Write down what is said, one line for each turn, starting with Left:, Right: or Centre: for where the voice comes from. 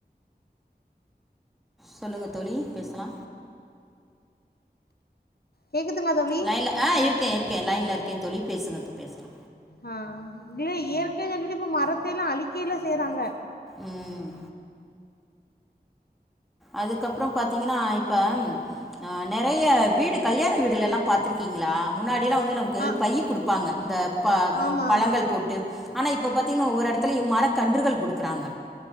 Centre: சொல்லுங்க தோழி பேசலா
Left: கேக்குதுங்களா தோழி
Centre: லைன்ல ஆ இருக்கே இருக்கே லைன்ல இருக்கே தோழி பேசுங்க இப்ப பேசலா
Left: ஆ இல்ல இயற்கைய சொல்லிட்டு இப்ப மரத்த எல்லா அழிக்கயெல்லா செய்றாங்க
Centre: ம் அதுக்கப்பறோ பாத்தீங்கனா இப்ப ஆ நெறைய வீடு கல்யாண வீடுகள் எல்லா பாத்துருக் கிங்களா முன்னாடிலா வந்து நமக்கு
Left: ஆ
Centre: பைய குடுப்பாங்க இந்த ப
Left: ஆமா
Centre: ம பழங்கள்
Left: ஆமா
Centre: போட்டு ஆனா இப்ப பாத்தீங்னோ ஒவ்வொரு இடத்துலையு மர கன்றுகள் குடுக்குறாங்க